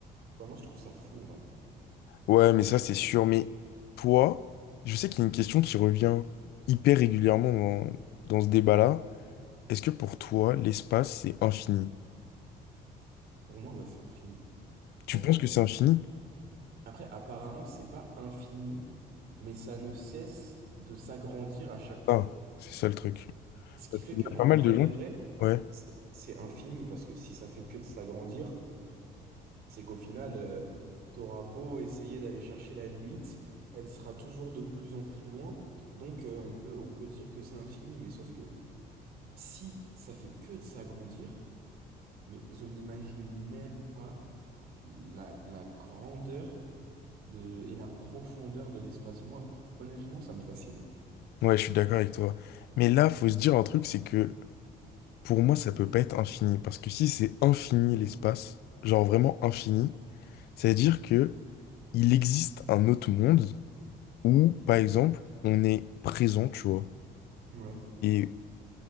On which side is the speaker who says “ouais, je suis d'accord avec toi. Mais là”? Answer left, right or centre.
Left